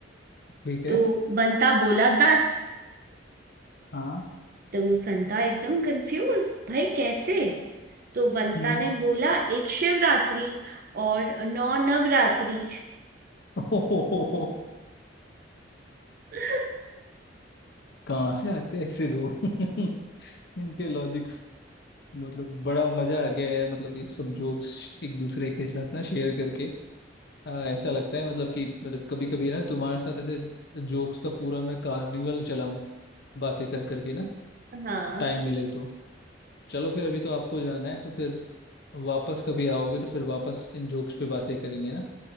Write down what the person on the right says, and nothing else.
तो
बंता बोला दस
तो संता एकदम कंफ्यूज भाई कैसे तो बंता
ने बोला एक शिवरात्रि और नौ नवरात्रि
<laughs>
हाँ